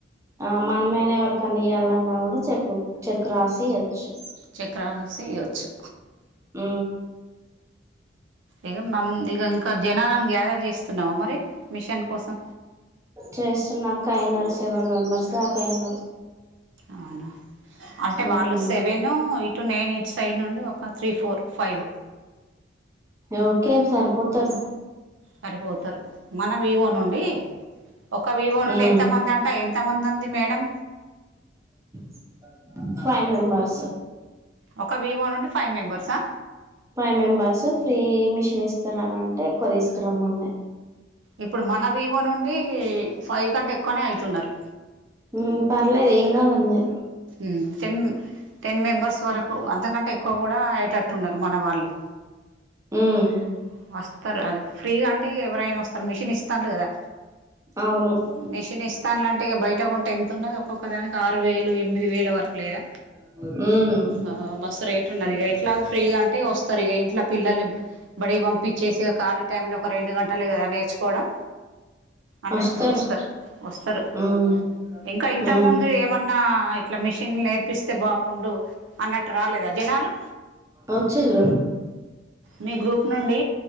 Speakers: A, on the right; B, on the right.
A: ఆ మనమైన ఎవరికన్నా ఇవ్వాలన్నా కూడా చెక్ బుక్ చెక్ రాసి ఇయొచ్చు
B: చెక్ రాసేసి ఇయ్యొచ్చు
A: ఉ
B: ఇక మ ఇక ఇంకా జనాలను గ్యాదర్ చేస్తున్నావా మరి మిషన్ కోసం
A: చేస్తున్నా అక్క అయినారు సెవెన్ మెంబర్స్దాకా అయిన
B: అవునా అంటే
A: ఉమ్
B: వాళ్ళు seven eight nine eight it side నుండి ఒక three four five
A: okay sir పోతారు
B: సరిపోతారు మన వివో నుండి ఒక వివో నుండి
A: ఉమ్
B: ఎంత మంది అంట ఎంతమంది ఉంది మేడం
A: <inaudible> ఫైవ్ మెంబర్స్
B: ఒక వివో నుండి ఫైవ్ మెంబర్సా
A: ఫైవ్ మెంబర్స్ ఫ్రీ మిషన్ ఇస్తున్నారంటే ఎక్కువ తీసుకురమ్మన్నాయి
B: ఇప్పుడు మన వీవో నుండి ఫైవ్ కంటే ఎక్కువనే అయితున్నారు
A: ఉమ్ పర్లేదు ఏం కాదండి
B: ఉమ్ చెన్ టెన్ మెంబర్స్ వరకు అంతకంటే ఎక్కువ కూడా అయేటట్టు ఉన్నారు మన వాళ్ళు
A: ఉమ్
B: <inaudible> వస్తారు అది ఫ్రీగా అంటే ఎవరైనా వస్తారు మిషన్ ఇస్తను కదా
A: అవును
B: మిషన్ ఇస్తాను లాంటే ఇక బయటకుంటే ఎంత ఉన్నది ఒక్కొక్క దానికి ఆరు వేలు ఎమి ది వేల వరకు లేదా
A: ఆ
B: ఆ బస్సు రేట్ ఉన్నది ఇ ఇట్లా ఫ్రీగా అంటే వస్తారు ఇక ఇంట్లా పిల్లల్ని బడికి పంపిచ్చేసి ఖాళీ టైంలో ఒక రెండు గంటలే కదా నేర్చుకోవడం అమె
A: వస్తారు
B: వస్తా వస్తారు
A: ఉమ్
B: ఇంకా ఇంతకు
A: ఉమ్
B: ముందు ఏమన్నా అట్లా మిషన్లు నేర్పిస్తే బాగుండు అన్నట్టు రాలేదా జనాలు
A: వొచ్చిల్లు
B: మీ గ్రూప్ నుండి